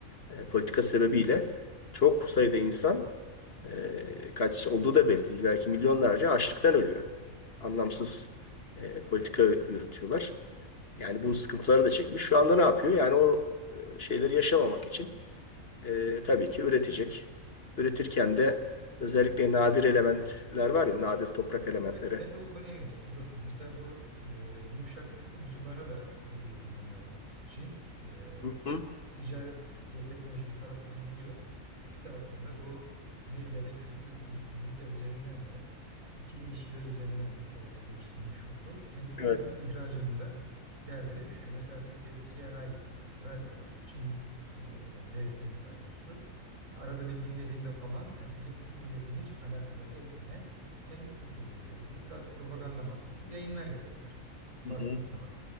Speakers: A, on the left; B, on the right.
A: e, politika sebebiyle çok sayıda insan e, kaç olduğu da belli değil. Belki milyonlarca açlıktan ölüyor. Anlamsız e, politika yürütüyorlar. Yani bu sıkıntıları da çekmiş. Şu anda ne yapıyor? Yani o e, şeyleri yaşamamak için e, tabii ki üretecek. Üretirken de özellikle nadir elementler var ya, nadir toprak elementleri.
B: Evet ben de o konuya gelecektim dostum. Mesela bu e, yumuşak güç unsurlarını da çok iyi kullanıyor Çin. E,
A: Hı hı.
B: ticaret ve teknoloji bir taraftan gidiyor. Bir taraftan da bu medya ve kültür medya üzerinden de ikili ilişkiler üzerinden de ülkelerle geliştirmiş olduğu kendi kültür
A: Evet.
B: ihracının da derdine düşüyor. Mesela Türkiye'de CRI radyo var. Çin e, devletinin radyosu. Arada bir dinlediğimde falan yani bizim Türk milletini hiç alakadar etmeyen kendi kültürleriyle ilgili biraz propaganda maksatlı yayınlar yapıyorlar
A: Hı
B: baktığın
A: hı.
B: zaman.